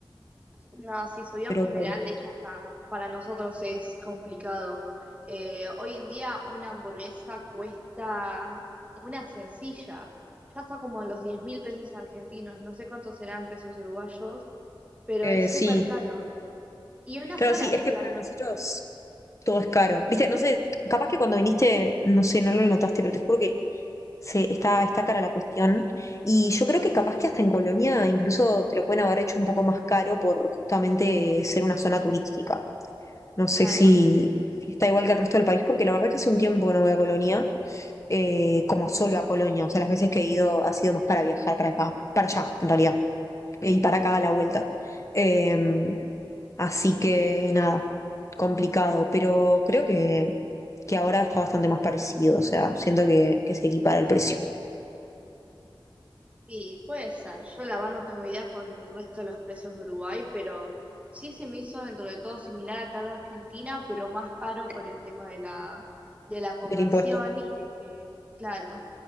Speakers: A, on the right (about 15°); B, on the left (about 35°).
A: No, sí, subió
B: Pero
A: en general,
B: bueno,
A: de hecho hasta para nosotros es complicado. Eh, hoy en día una hamburguesa cuesta una sencilla, ya está como en los diez mil pesos argentinos, no sé cuántos serán pesos uruguayos, pero
B: eh,
A: es
B: sí,
A: súper caro. Y una
B: claro,
A: sola
B: sí,
A: estoy
B: es que para
A: hablando,
B: nosotros todo es caro. Viste, no sé, capaz que cuando viniste, no sé, no lo notaste, pero te juro que se, está, está cara la cuestión. Y yo creo que capaz que hasta en Colonia incluso te lo pueden haber hecho un poco más caro por justamente ser una zona turística. No sé
A: claro.
B: si, si está igual que el resto del país, porque la verdad es que hace un tiempo que no voy a Colonia, eh, como solo a Colonia. O sea, las veces que he ido ha sido más para viajar para acá, para allá, en realidad, e y para acá a la vuelta. Eh, así que nada, complicado, pero creo que, que ahora está bastante más parecido. O sea, siento que, que se equipara el precio
A: Y puede ser, yo la verdad no tengo idea con el resto de los precios de Uruguay, pero sí se me hizo dentro de todo similar acá en Argentina, pero más caro por el tema de la, de la conversión
B: del impuesto.
A: y de que, claro,